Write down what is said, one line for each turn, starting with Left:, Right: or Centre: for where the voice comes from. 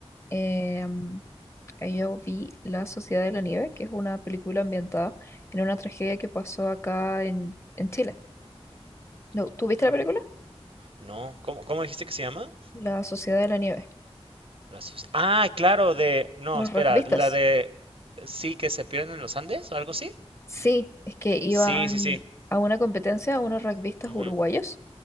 Left: eh, yo vi La Sociedad de la Nieve, que es una película ambientada en una tragedia que pasó acá en, en Chile. No, ¿tú viste
Right: Ok.
Left: la película?
Right: No, ¿cómo, cómo dijiste que se llama?
Left: La Sociedad de la Nieve.
Right: Las sus- Ah, claro, de... No,
Left: Los
Right: espera,
Left: rugbistas.
Right: la de... Sí, que se pierden en los Andes o algo así.
Left: Sí, es que iban
Right: Sí, sí, sí.
Left: a una competencia, unos rugbistas
Right: ujú,
Left: uruguayos,